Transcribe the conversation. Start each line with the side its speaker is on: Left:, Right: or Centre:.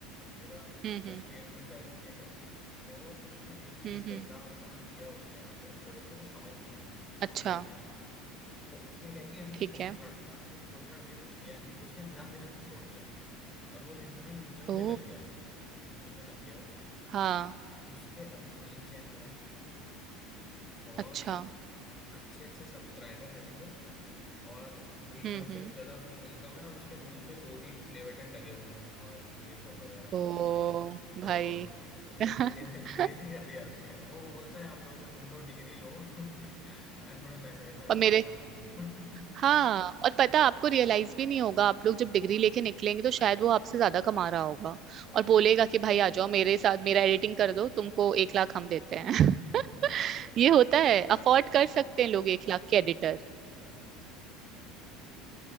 Left: मेरा एक
Right: हम्म
Left: फर्स्ट
Right: हम्म
Left: ईयर में बैचमेट है तो उसने एक सेमेस्टर
Right: हम्म हम्म,
Left: एग्जाम एग्जाम दिया उसने यहाँ पे बट उसको कुछ समझ नहीं आया उसको
Right: अच्छा
Left: मजा नहीं आया तो उसने क्या किया ये सब
Right: ठीक
Left: छोड़
Right: है
Left: छाड़ हाँ सब छोड़ छाड़ दिया कुछ किया नहीं उसने एग्जाम देना तक छोड़ दिया और वो लिटरली यूट्यूब में
Right: ओ
Left: लग गया यूट्यूब में लग गया वो
Right: हाँ
Left: उसके अभी तीन चैनल हैं और
Right: अच्छा
Left: अच्छे अच्छे सब्सक्राइबर हैं उस पे और एक
Right: हम्म
Left: लाख से
Right: हम्म
Left: कुछ ज्यादा उसकी इनकम है और उसके रूम पे दो तीन प्ले बटन टंगे हुए हैं और ये सब वगैरह
Right: ओ
Left: तो
Right: भाई
Left: उसने
Right: <laughs>
Left: क्रे, क्रेजी कर दिया उसने वो बोलता है हम लोग से तुम लोग डिग्री लो <laughs> मैं थोड़े पैसे वैसे बनाता
Right: और मेरे
Left: हूँ
Right: हाँ
Left: <laughs>
Right: और पता है, आपको रियलाइज भी नहीं होगा आप लोग जब डिग्री लेके निकलेंगे तो शायद वो आपसे ज्यादा कमा रहा होगा
Left: वही
Right: और बोलेगा
Left: वही
Right: कि भाई आ जाओ मेरे साथ मेरा एडिटिंग कर दो तुमको एक लाख हम देते हैं
Left: वही
Right: <laughs>
Left: वैसा
Right: ये
Left: सीन
Right: होता
Left: है
Right: है अफोर्ड
Left: फिर
Right: कर सकते
Left: तो
Right: हैं लोग एक लाख के एडिटर
Left: हम्म, ओके तो